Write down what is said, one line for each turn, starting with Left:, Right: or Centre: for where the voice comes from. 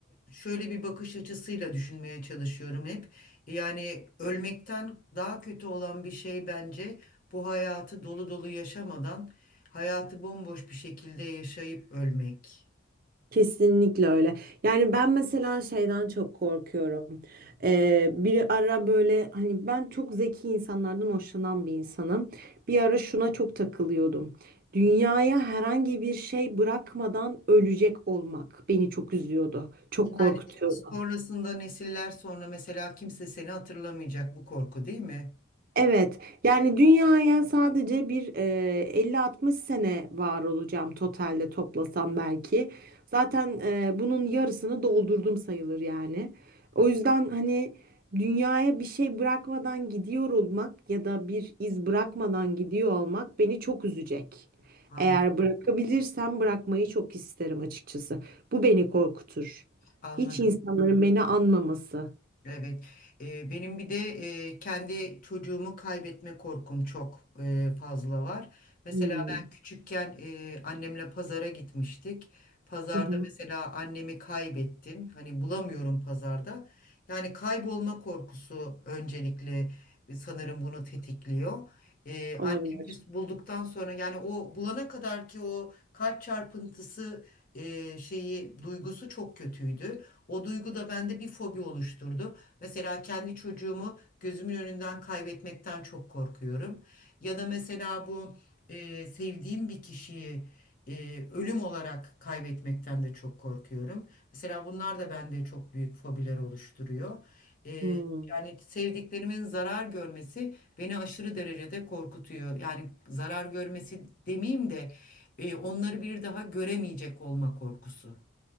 Left: şöyle bir bakış açısıyla düşünmeye çalışıyorum hep. Yani ölmekten daha kötü olan bir şey bence bu hayatı dolu dolu yaşamadan hayatı bomboş bir şekilde yaşayıp ölmek.
Right: Kesinlikle öyle. Yani ben mesela şeyden çok korkuyorum. Ee, bir ara böyle hani ben çok zeki insanlardan hoşlanan bir insanım. Bir ara şuna çok takılıyordum. Dünyaya herhangi bir şey bırakmadan ölecek olmak beni çok üzüyordu. Çok
Left: Yani
Right: korkutuyordu.
Left: sonrasında nesiller sonra mesela kimse seni hatırlamayacak bu korku değil mi?
Right: Evet, yani dünyaya sadece bir e, 50-60 sene var olacağım totalde toplasam belki. Zaten e, bunun yarısını doldurdum sayılır yani. O yüzden hani dünyaya bir şey bırakmadan gidiyor olmak ya da bir iz bırakmadan gidiyor olmak beni çok üzecek.
Left: An-
Right: Eğer bırakabilirsem bırakmayı çok isterim açıkçası. Bu beni korkutur.
Left: Anladım.
Right: Hiç insanların beni anmaması.
Left: Evet, Eee, benim bir de eee, kendi çocuğumu kaybetme korkum çok eee, fazla var. Mesela
Right: Hmm.
Left: ben küçükken eee, annemle pazara gitmiştik. Pazarda
Right: Hı hı,
Left: mesela annemi kaybettim. Hani bulamıyorum pazarda. Yani kaybolma korkusu öncelikle sanırım bunu tetikliyor. Eee
Right: olabilir.
Left: annemi bulduktan sonra yani o bulana kadar ki o kalp çarpıntısı eee, şeyi duygusu çok kötüydü. O duygu da bende bir fobi oluşturdu. Mesela kendi çocuğumu gözümün önünden kaybetmekten çok korkuyorum. Ya da mesela bu e, sevdiğim bir kişiyi e, ölüm olarak kaybetmekten de çok korkuyorum. Mesela bunlar da bende çok büyük fobiler oluşturuyor. E,
Right: Hmm.
Left: yani sevdiklerimin zarar görmesi beni aşırı derecede korkutuyor. Yani zarar görmesi demeyeyim de e, onları bir daha göremeyecek olma korkusu.